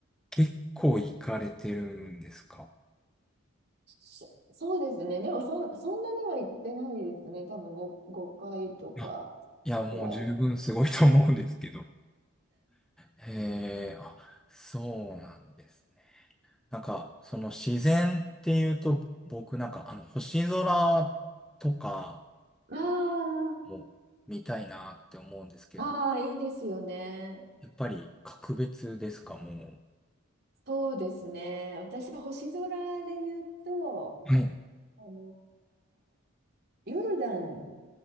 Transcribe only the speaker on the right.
そそうですね。でもそん、そんなには行ってないですね。多分5、5回とか
ぐらい。
あ
あ、ああ、いいですよね。
そうですね。私、星空で言うと、
あのーヨルダン